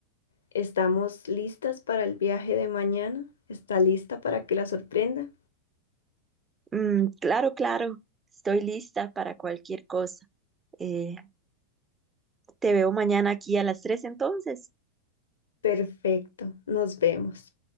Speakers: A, on the left (about 65°); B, on the right (about 15°).
A: ¿estamos listas para el viaje de mañana? ¿Está lista para que la sorprenda?
B: Mm, claro, claro, estoy lista para cualquier cosa. Eh, te veo mañana aquí a las tres entonces.
A: Perfecto, nos vemos.